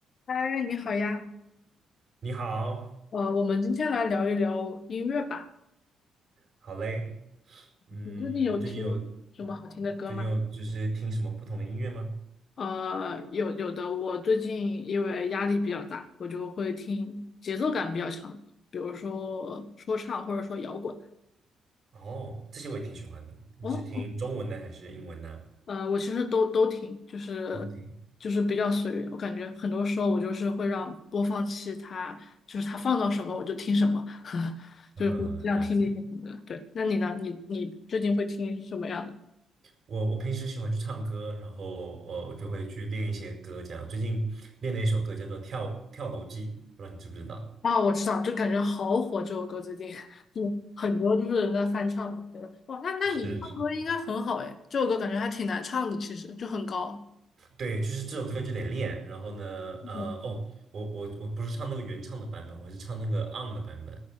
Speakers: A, on the left (about 50°); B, on the right (about 50°).
A: 嗨，你好呀，
B: 你好，
A: 呃，我们今天来聊一聊音乐吧。
B: 好嘞。嗯，
A: 你最近有听什么好听的歌吗？
B: 最近有最近有就是听什么不同的音乐吗？
A: 呃，有有的，我最近因为压力比较大，我就会听节奏感比较强的歌比如说说唱或者说摇滚。
B: 哦，这些我也挺喜欢的。你是听中文的还是英文呢？
A: 哦，呃，我其实都都听，就是就是比较随缘。
B: 都听。
A: 我感觉很多时候我就是会让播放器它就是它放到什么我就听什么，<laughs>
B: 嗯，
A: 就是会这样听那些什么的。
B: 了解。
A: 对，那你呢？你你最近会听什么样的？
B: 我我平时喜欢去唱歌，然后我我就会去练一些歌，这样。最近练了一首歌叫做《跳跳楼机》，不知道你知不知道？
A: 啊，我知道，就感觉好火这首歌最近，就很多就是人在翻唱嘛，觉得哇，那那你唱歌应该很好哎，
B: 是是，
A: 这首歌感觉还挺难唱的，其实就很高。
B: 对，就是这首歌就得练。然后呢，
A: 嗯，
B: 呃，哦，我我我不是唱那个原唱的版本，我是唱那个 on 的版本